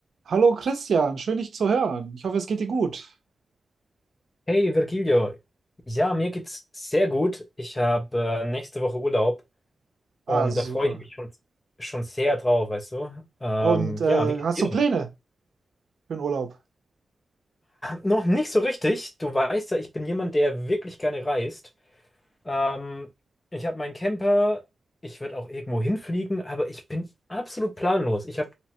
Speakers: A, on the right; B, on the left.
A: Hallo Christian, schön dich zu hören. Ich hoffe, es geht dir gut.
B: Hey Virgilio, ja, mir geht's sehr gut. Ich habe äh, nächste Woche Urlaub und
A: Ah, super.
B: da freue ich mich schon, schon sehr drauf, weißt du? Ähm,
A: Und äh,
B: ja, wie geht's
A: hast
B: dir
A: du Pläne
B: denn?
A: für den Urlaub?
B: Noch nicht so richtig. Du weißt ja, ich bin jemand, der wirklich gerne reist. Ähm, ich habe meinen Camper, ich würde auch irgendwo hinfliegen, aber ich bin absolut planlos. Ich habe